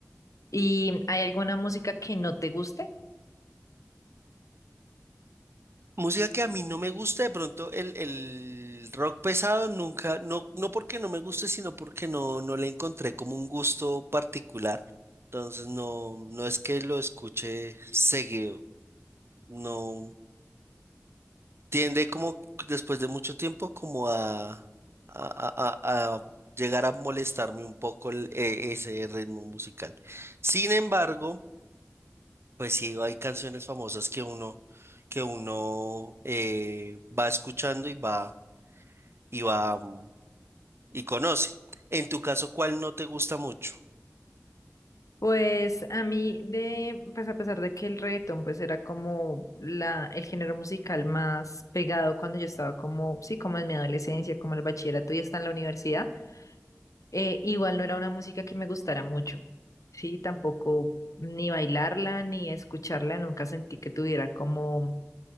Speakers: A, on the left; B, on the right.
A: ¿Y hay alguna música que no te guste?
B: Música que a mí no me gusta, de pronto el, el rock pesado nunca, no, no porque no me guste, sino porque no, no le encontré como un gusto particular. Entonces no, no es que lo escuche seguido, no tiende como después de mucho tiempo como a, a, a- a- a llegar a molestarme un poco el- e- ese ritmo musical. Sin embargo, Pues sí, hay canciones famosas que uno, que uno eh, va escuchando y va, y va, mm, y conoce. En tu caso, ¿cuál no te gusta mucho?
A: Pues a mí de, pues a pesar de que el reggaetón pues era como la, el género musical más pegado cuando yo estaba como, sí, como en mi adolescencia, como el bachillerato y hasta en la universidad. Eh, igual no era una música que me gustara mucho, sí, tampoco ni bailarla ni escucharla, nunca sentí que tuviera como